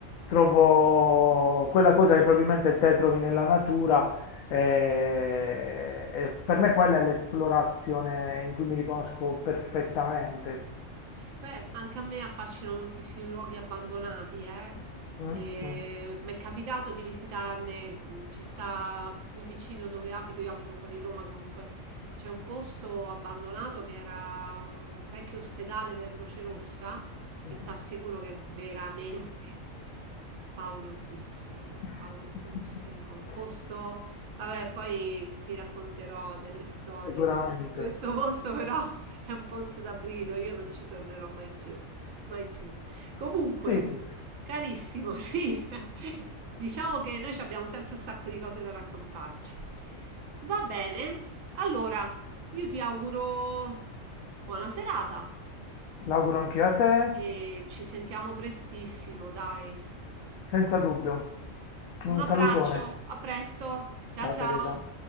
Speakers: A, on the left (about 80°); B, on the right (about 80°).
A: trovo quella cosa che probabilmente te trovi nella natura. eh, E per me quella è l'esplorazione in cui mi riconosco perfettamente.
B: Beh, anche a me affascinano moltissimi luoghi abbandonati, eh.
A: Mm,
B: E
A: mm,
B: mi è capitato di visitarne, mh, ci sta qui vicino dove abito, io abito fuori Roma comunque, c'è un posto abbandonato che era un vecchio ospedale della Croce Rossa
A: mm.
B: e ti assicuro che è veramente paurosissimo,
A: <laughs>
B: paurosissimo. Un posto, vabbè, poi ti racconterò delle storie
A: Sicuramente.
B: legate a questo posto, però è un posto da brivido, io non ci tornerò mai più, mai più. Comunque,
A: Ficus,
B: carissimo, sì, <laughs> diciamo che noi ci abbiamo sempre un sacco di cose da raccontarci. Va bene, allora io ti auguro buona serata
A: l'auguro anch'io a te,
B: e ci sentiamo prestissimo, dai.
A: senza dubbio.
B: Un
A: Un
B: abbraccio,
A: salutone.
B: a presto, ciao
A: Ciao
B: ciao.
A: Teresa.